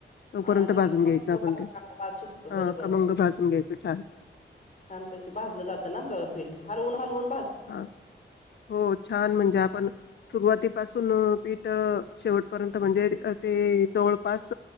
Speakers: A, on the left; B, on the left.
A: तोपर्यंत
B: हा त्याचा
A: भाजून
B: खमंग
A: घ्यायचं आपण
B: वास
A: ते
B: हां, वास सुटतो
A: हा
B: बरोबर
A: खमंग भाजून घ्यायचं छान
B: छानपैकी भाजलं जात ना ब पीठ हालवून हालवून
A: हा हो छान म्हणजे आपण सुरुवातीपासून पीठ शेवटपर्यंत म्हणजे ते जवळपास